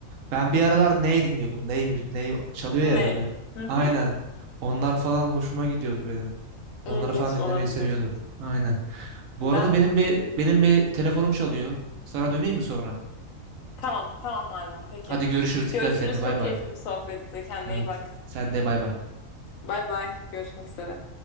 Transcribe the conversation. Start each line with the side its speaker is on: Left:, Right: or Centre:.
Right: Ben bir aralar ney dinliyordum? Ney, mü- ney çalıyor
Left: Ney?
Right: ya böyle.
Left: Hı
Right: Aynen.
Left: hı.
Right: Onlar falan hoşuma gidiyordu benim. Onları
Left: İlginç
Right: falan dinlemeyi
Left: olabilir.
Right: seviyordum. Aynen. Bu
Left: Ben
Right: arada benim bir benim bir telefonum çalıyor. Sana döneyim mi sonra?
Left: Tamam, tamam Meryem. Peki.
Right: Hadi görüşürüz. Dikkat
Left: Görüşürüz.
Right: et kendine. Bay
Left: Çok
Right: bay.
Left: keyifli bir sohbetti. Kendine
Right: Evet.
Left: iyi bak.
Right: Sen de bay bay.
Left: Bay bay. Görüşmek üzere.